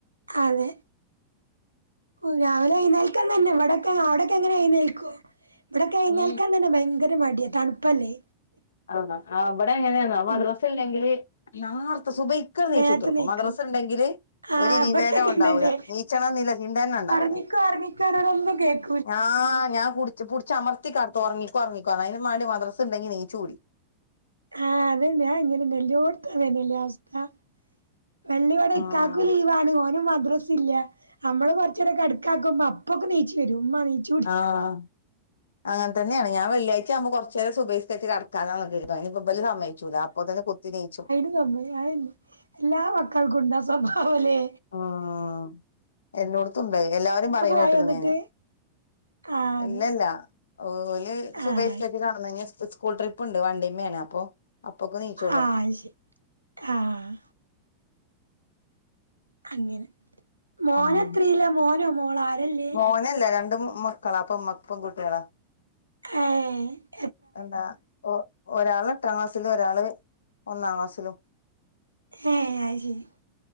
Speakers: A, on the right; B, on the left.
A: അതെ. ഓ രാവിലെ എഴുന്നേൽക്കാൻ തന്നെ ഇവിട അവിടക്ക എങ്ങനെ ഏഴുന്നേൽക്കോ ഇവിടൊക്കെ എഴുന്നേൽക്കാൻ
B: ഉം
A: തന്നെ ഭയങ്കര മടിയ തണുപ്പല്ലേ
B: ആണോ ഇവിടെ ങ്ങനെയേന്നോ മദ്രസയില്ലെങ്കില്
A: ഉം
B: നേരത്തേ സ നീച്ചുത്തർക്കും
A: നേരത്തെ എണീക്കും
B: മദ്രസ ഉണ്ടെങ്കില്
A: ആഹ്
B: ഒരു വിവേരം
A: ഇവിടെ അങ്ങനെ
B: ഉണ്ടാവില്ല
A: തന്നെ
B: നീച്ചണം എന്നില്ല ചിന്തന്ന ഉണ്ടാവില്ല.
A: ഒറങ്ങിക്കോ <unintelligible>
B: ആ് ഞാൻ പുടിച് പുടിച് അമർത്തിക്കടത്തും ഉറങ്ങിക്കൊ ഉറങ്ങിക്കോ റഞ്ക്കാണ്ട് അയിനും മാണ്ടി മദ്രസ് ണ്ടെങ്കി നീച്ചും ല്ല
A: ആഹ് അതന്നെ അത് അങ്ങനെന്നെ എല്ലോട്ത്തും ഇതെന്നെ ല്ലേ അവസ്ഥ വെള്ളിയടെ
B: ആഹ്
A: ഇക്കാക്കു ല്ല ഓനും മദ്രല്ല നമ്മള് പച്ചെ അടക്കുമ്പ അപ്പൊക്കെ നച്ചു വരും ഉച്ച
B: ആഹ് അങ്ങനെ തന്നെയാണ് ഞാൻ വെള്ളിയാഴ്ച ആകുമ്പോൾറച്ചു നേരം സുബെയി സ്ക്കരിച് കടക്കും കഥാന്നക്കെ ട്ട് അയിന് പ്പൊ ഇബല് സമ്മേയ്ചൂലാ അപ്പോത്തിന് കുത്തിനീച്ചും
A: മ്മ അമ്പിളി <unintelligible> എല്ലാ മക്കൾക്കും ഉണ്ടാ സ്വഭാവലെ
B: ഉം എല്ലോടത്തും ണ്ട് അത് എല്ലാവരും പറയണേട്ട്ക്ക്ണ്
A: പോയോ എന്നിട്ട്
B: ഞാന്.
A: ആഹ് അതെ
B: ഇല്ലല്ല ഓല് സുബൈ
A: ആഹ്
B: സ്ക്കരിച്ച് കടന്നയിഞ്ഞ സ്കൂൾ ട്രിപ്പ് ഉണ്ട് വണ്ടിമ്മേണ് അപ്പൊ അപ്പൊക്ക് നീച്ചോളും
A: ആഹ് ശരി ആഹ് അങ്ങനെ മോനെത്രീല
B: പിന്നെ
A: മോനോ മോള ആരല്ലേ
B: ഒന്നല്ല രണ്ട് മക്ക കളപ്പം മപ്പം കുട്ടികളാ
A: കയിഞ്ഞ്
B: എന്താ ഒരാള് എട്ടാം ക്ലാസ്സിലും ഒരാള് ഒന്നാം ക്ലാസ്സിലും
A: ഏഹ് അയ്ശെരി